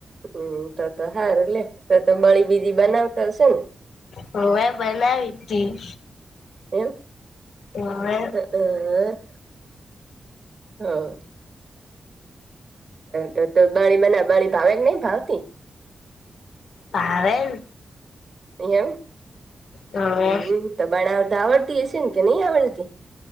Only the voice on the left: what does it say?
હુંવે બનાવી તી
હોવે.
ભાવે ન.
હવે